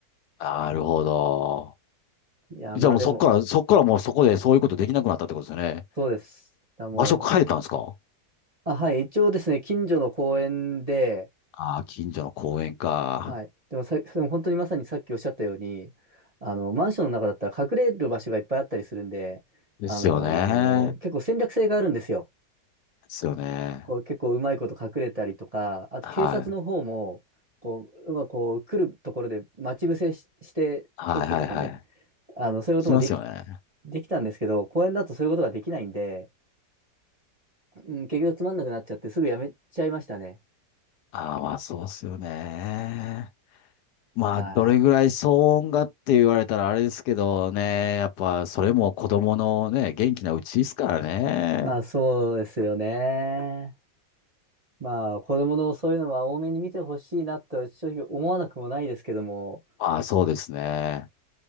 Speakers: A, on the left; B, on the right.
A: なるほど。
B: いや、
A: じゃあもうそっから、
B: まあでも、
A: そっからもうそこでそういうことできなくなったってことですよね。
B: そうです。だも
A: 場所変えたんですか
B: う、あ、はい、一応ですね、近所の公園で、
A: ああー、近所の公園か。
B: はい。でもさ、でも本当にまさにさっきおっしゃったように、あの、マンションの中だったら隠れる場所がいっぱいあったりするんで、
A: ですよね。
B: あのー結構戦略性があるんですよ。
A: ですよね。
B: こう結構うまいこと隠れたりとか、あと警察の方も、
A: はい。
B: こう、うまくこう来るところで待ち伏せし、しておくとかね。
A: はいはいはい。
B: あの、そういうこともでき、
A: 聞きますよね。
B: できたんですけど、公園だとそういうことができないんで、うん、結局つまんなくなっちゃってすぐやめちゃいましたね。
A: ああ、まあそうですよね。まあ、
B: はい。
A: どれぐらい騒音がって言われたらあれですけどね、やっぱそれも子供のね、元気なうちですからね。
B: まあそうですよね。まあ子供のそういうのは多めに見てほしいなと正直思わなくもないですけども、
A: まあ、そうですね。